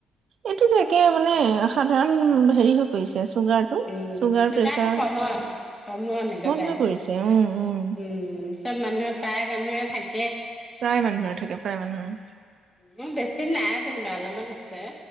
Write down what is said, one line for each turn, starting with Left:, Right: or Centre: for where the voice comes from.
Right: এইটো যে একে মানে সাধাৰণ। হেৰি হৈ পৰিছে। চুগাৰটো
Left: উম
Right: চুগাৰ
Left: চুগাৰটো
Right: প্ৰেচাৰ
Left: কমন কমন একেবাৰে
Right: হৈ পৰিছে উম উম
Left: উম চব মানুহে প্ৰায়ে মানুহে থাকে।
Right: প্ৰায় মানুহৰে থাকে প্ৰায় মানুহৰে।
Left: উম বেছি নাই যেনিবা অলপমান আছে।